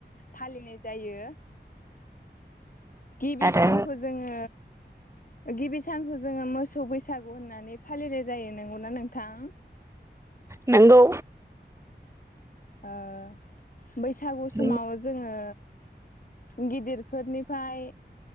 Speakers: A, on the left; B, on the right.
A: फालिनाय जायो। गिबि
B: आरो
A: सानखौ जोङो ओ गिबि सानखौ जोङो मोसौ बैसागु होननानै फालिनाय जायो। नोंगौना नोंथां?
B: नोंगौ
A: ओ बैसागु
B: बे
A: समाव जोङो गिदिरफोरनिफ्राय